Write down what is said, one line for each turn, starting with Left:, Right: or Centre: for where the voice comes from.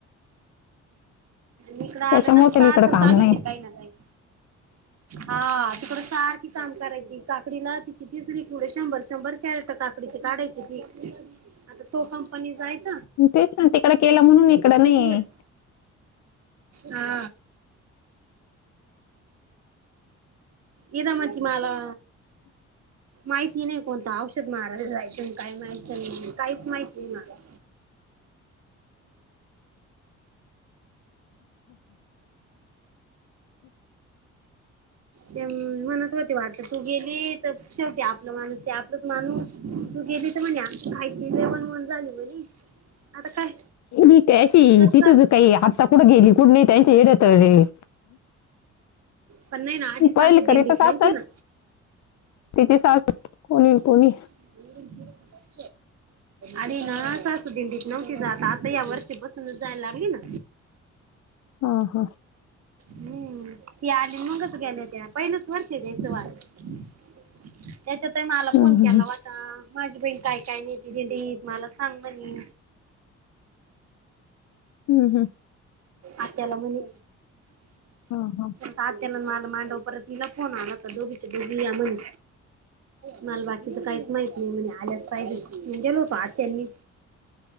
Right: नििकला
Left: त्याच्यामुळे
Right: का
Left: त्याला
Right: सर
Left: इकडं
Right: तर
Left: काम
Right: चलच
Left: नाही
Right: काही ना काही हा तिकड सारखी काम करायची काकडीला तिची तीच पुढे शंभर शंभर कॅरेट काकडीची काढायची ती आता तो कंपनी जायच
Left: तेच ना तिकड केलं म्हणून इकड नाही
Right: लिक्विड हा ये मज मला माहिती नाही कोणत औषध मारय तून काही माहि नाही काहीच माहिती नाही मार ते मनात होती वाट तू गेली तर शेवटी आपला माणूस ते आपलंच माणूस तू गेली म्हणजे आमची खायची इलेवन वन झाली म्हली आता काय
Left: कय अशी
Right: तसं
Left: तिथंच काही आत्ता कुठं गेली कुठे नाही त्यांच्या येड्या तळले.
Right: पण नाही ना आधी सासू
Left: पहिल करीतच
Right: दिंडीत नव्हती
Left: आसल
Right: ना
Left: तिची सासू कोणी कोणी.
Right: <inaudible> आणि ना सासू अस दिंडीत नव्हती जात आता या वर्षीपासून जायला लागली ना.
Left: हा हां
Right: हम्म ती आली मगच गेल्या त्या पहिलंच वर्ष त्याचं वार ह् <inaudible> त्याच्यातही मला
Left: हम्म
Right: फोन
Left: हम्म
Right: केला होता माझी बहीण काय काय नाही त दिदी मला सांग म्हणे.
Left: हम् हम्
Right: आत्याला म्हणे.
Left: हा हां
Right: तात्याला मला मांडव परतनला फोन आला तर दोघीच्या दोघी या म्हणे. मला बाकीच काहीच माहित नाही म्हणे आल्यास पाहिजे म्हणजे गेलो होतो आत्या आणि मी.